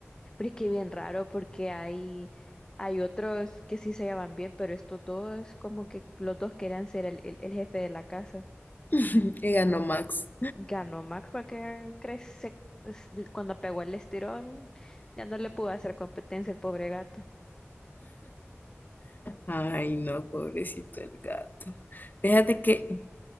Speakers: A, on the left (about 15°); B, on the left (about 40°).
A: Pero es que bien raro porque hay, hay otros que sí se llevan bien, pero estos dos, como que los dos querían ser el, el- el jefe de la casa.
B: <laughs> Y ganó Max.
A: Ganó Max porque crece, es- cuando pegó el estirón, ya no le pudo hacer competencia el pobre gato.
B: Ay, no, pobrecito el gato. Fíjate que